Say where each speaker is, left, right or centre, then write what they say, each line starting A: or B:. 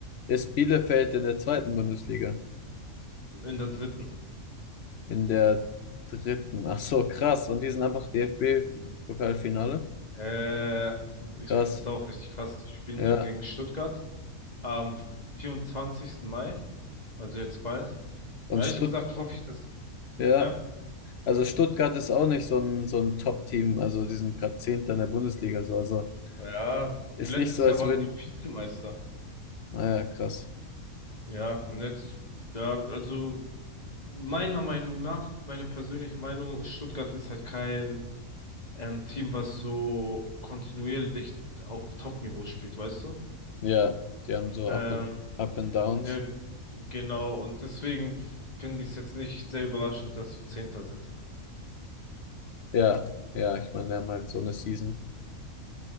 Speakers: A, on the left; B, on the left.
A: Ist Bielefeld in der zweiten Bundesliga?
B: in der dritten.
A: In der dritten. Ach so, krass. Und die sind einfach DFB-Pokalfinale.
B: Mhm. Äh, ich
A: Krass.
B: finde es auch richtig krass. Die spielen
A: Ja.
B: dann gegen Stuttgart am 24. Mai, also jetzt bald.
A: Und
B: Und ehrlich
A: Stutt,
B: gesagt hoffe ich, dass,
A: ja.
B: ja.
A: Also Stuttgart ist auch nicht so ein, so ein Top-Team. Also die sind gerade Zehnter in der Bundesliga so. Also
B: Ja,
A: ist
B: letztes
A: nicht so, als
B: Jahr waren
A: würden.
B: die Vizemeister.
A: Naja, krass.
B: Ja, und jetzt, ja, also meiner Meinung nach, meine persönliche Meinung, Stuttgart ist halt kein ähm, Team, was so kontinuierlich auf Top-Niveau spielt, weißt du?
A: Ja, die haben so
B: Ähm,
A: Up and, Up and Downs.
B: ja, genau, und deswegen finde ich es jetzt nicht sehr überraschend, dass wir Zehnter sind.
A: Ja, ja, ich meine, die haben halt so eine Season.